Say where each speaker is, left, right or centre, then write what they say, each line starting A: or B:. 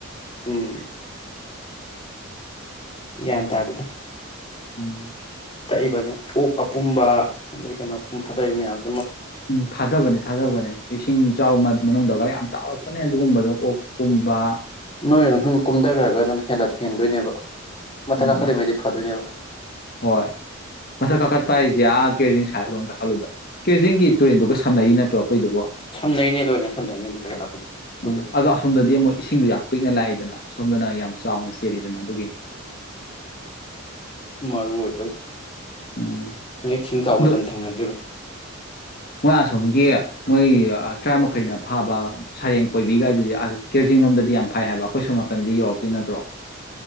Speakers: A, on the left (about 25°); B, on the left (about 45°).
A: ꯎꯝ ꯌꯥ ꯇ ꯍꯥꯏꯗꯗ
B: ꯎꯝ
A: ꯊꯛꯏꯕꯅꯤ ꯑꯣꯛ ꯑꯄꯨꯝꯕ ꯑꯗꯩ ꯀꯩꯅꯣ ꯑꯄꯨꯝꯕ ꯊꯥꯗꯔꯤꯕ ꯃꯌꯥꯝꯁ
B: ꯎꯝ ꯊꯥꯗꯕꯅꯦ ꯊꯥꯗꯕꯅꯦ ꯏꯁꯤꯡ ꯆꯥꯎ ꯃꯅꯨꯡꯗꯒ ꯌꯥꯝ ꯇꯥꯎꯔꯛꯄꯅꯦ ꯑꯗꯨꯒꯨꯝꯕꯗꯣ ꯑꯣꯛ ꯄꯨꯝꯕ
A: ꯅꯣꯏꯔꯝ ꯁꯨꯝ ꯀꯨꯝꯊꯈ꯭ꯔꯒ ꯑꯗꯨꯝ ꯍꯂ ꯍꯦꯟꯗꯣꯏꯅꯦꯕ ꯃꯊꯪ
B: ꯎꯝ
A: ꯀꯥ ꯈꯜꯂꯤ ꯃꯩꯗꯤ ꯐꯥꯗꯣꯏꯅꯦꯕ
B: ꯍꯣꯏ ꯃꯊꯛ ꯀꯥꯈꯠꯄ ꯍꯥꯏꯁꯦ ꯑꯥ ꯀꯦꯔꯖꯤꯡ ꯁꯥꯏꯠꯂꯣꯝ ꯀ ꯈꯥꯏ ꯈꯜꯂꯨꯗ ꯀꯦꯖꯤꯡꯒꯤ ꯇꯨꯔꯦꯟꯗꯨꯒ ꯁꯥꯟꯅꯩꯔꯤ ꯅꯠꯇ꯭ꯔꯣ ꯑꯩꯈꯣꯏꯗꯨꯕꯨ
A: ꯁꯝꯅꯩꯅꯦ ꯂꯣꯏꯅ ꯁꯝꯅꯩꯅꯦ ꯑꯗꯨ ꯖꯒꯥꯕꯨꯗꯤ ꯄꯨꯜꯂꯅꯤ
B: ꯎꯝ ꯑꯗꯣ ꯑꯁꯣꯝꯗꯗꯤ ꯑꯃꯨꯣꯏ ꯏꯁꯤꯡꯗꯣ ꯌꯥꯝ ꯄꯤꯛꯅ ꯂꯥꯛꯏꯗꯅ ꯁꯣꯝꯗꯅ ꯌꯥꯝ ꯆꯥꯎꯅ ꯆꯦꯜꯂꯤꯗꯅ ꯑꯗꯨꯒꯤꯅꯤꯗ
A: ꯃꯔꯔꯑꯣ ꯑꯣꯏꯗꯥꯏ
B: ꯎꯝ
A: ꯅꯣꯏ ꯏꯁꯤꯡ ꯆꯥꯎꯕ
B: ꯑꯗꯨ
A: ꯃꯇꯝ ꯊꯦꯡꯅꯗ꯭ꯔꯤꯕ
B: ꯃꯣꯏ ꯑꯁꯣꯝꯒꯤ ꯃꯣꯏ ꯇꯔꯥ ꯃꯈꯩꯅ ꯐꯥꯕ ꯁꯔꯦꯡ ꯀꯣꯏꯕꯤꯒꯥꯏꯗꯨꯗꯤ ꯀꯔꯖꯤꯡ ꯂꯣꯝꯗꯗꯤ ꯌꯥꯝ ꯐꯩ ꯍꯥꯏꯕ ꯑꯩꯈꯣꯏ ꯁꯣꯝ ꯅꯥꯀꯟꯗꯤ ꯌꯧꯔꯛꯇꯦ ꯅꯠꯇ꯭ꯔꯣ